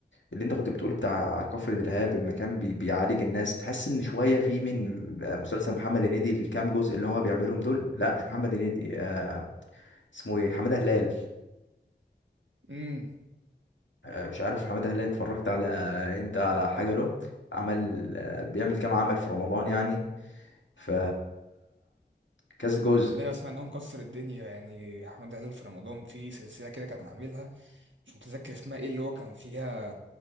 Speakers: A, on the left; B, on the right.
A: اللي انت كنت بتقول بتاع كفر دلهاب لما كان بي... بيعالج الناس تحس ان شويه في من مسلسل محمد هنيدي الكام جزء اللي هو بيعملهم دول لا مش محمد هنيدي آه... اسمه ايه حماده هلال
B: امم
A: آه... مش عارف حماده هلال اتفرجت على انت على حاجه له عمل آه... بيعمل كام عمل في رمضان يعني ف كذا جزء
B: والله اسمع انه مكسر الدنيا يعني احمد هلال في رمضان في سلسله كده كان عاملها مش متذكر اسمها ايه اللي هو كان فيها